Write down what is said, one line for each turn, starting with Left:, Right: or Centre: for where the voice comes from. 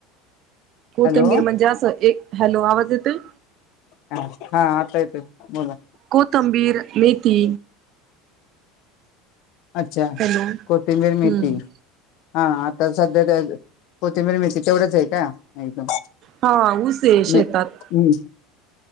Right: कोथंबीर
Left: हॅलो
Right: म्हणजे असं एक हॅलो आवाज येतोय
Left: ह हा आता येतोय बोला
Right: कोथिंबीर मेथी
Left: अच्छा
Right: हॅलो
Left: कोथिंबीर मेथी
Right: हम्म
Left: हा आता सध्या त्या कोथिंबीर मेथी तेव्हडीच आहे का एकदम
Right: हा ऊस आहे
Left: म्
Right: शेतात